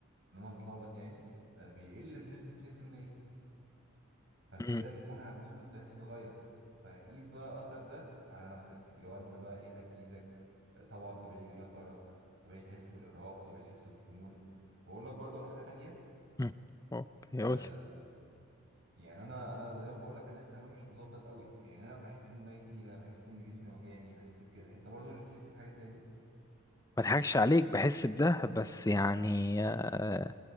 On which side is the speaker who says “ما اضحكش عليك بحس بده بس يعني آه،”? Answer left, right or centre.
Left